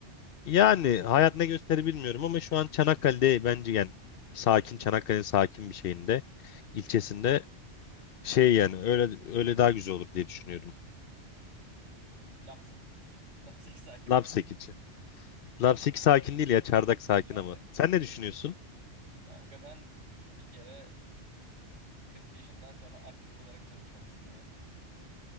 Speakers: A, on the left; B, on the right.
A: Yani hayat ne gösterir bilmiyorum ama şu an Çanakkale'de bence yani sakin Çanakkale'nin sakin bir şeyinde ilçesinde şey yani öyle öyle daha güzel olur diye düşünüyorum.
B: Lapseki'de. <laughs> Lapseki sakin
A: Lapseki
B: bir ilçe değil.
A: için. Lapseki sakin değil ya Çardak sakin
B: Çardak.
A: ama. Sen ne düşünüyorsun?
B: Kanka ben bir kere 40 yaşından sonra aktif olarak çalışmak <laughs> istemiyorum.